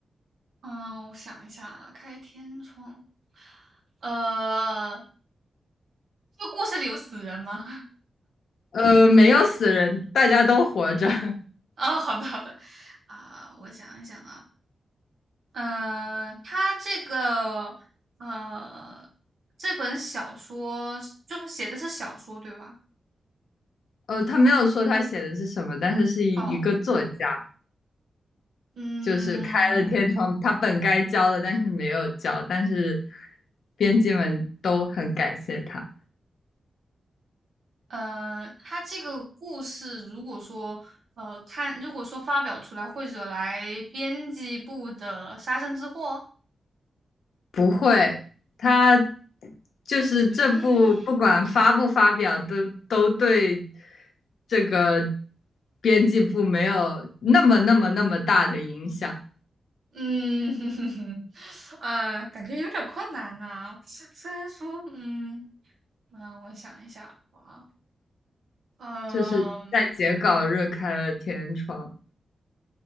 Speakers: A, on the right; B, on the left.
A: 嗯，我想一下啊，开天窗，呃，这个故事里有死人吗？<laughs>
B: 呃，没有死人，大家都活着。<laughs>
A: 哦，好的好的，啊、我想一想啊，嗯、呃，他这个呃，这本小说就是写的是小说对吧？
B: 呃，他没有说他写的是什么，但是是一一个作家，
A: 哦，嗯
B: 就是开了天窗，他本该交的，但是没有交，但是编辑们都很感谢他。
A: 呃，他这个故事如果说呃看，如果说发表出来会惹来编辑部的杀身之祸。
B: 不会，他就是这部不管发不发表，
A: <laughs> 哎，
B: 都都对这个编辑部没有那么那么那么大的影响，
A: 嗯，<laughs> 啊，感觉有点困难呐、虽然说，嗯，啊、我想一下啊，嗯，
B: 就是在截稿日开了天窗，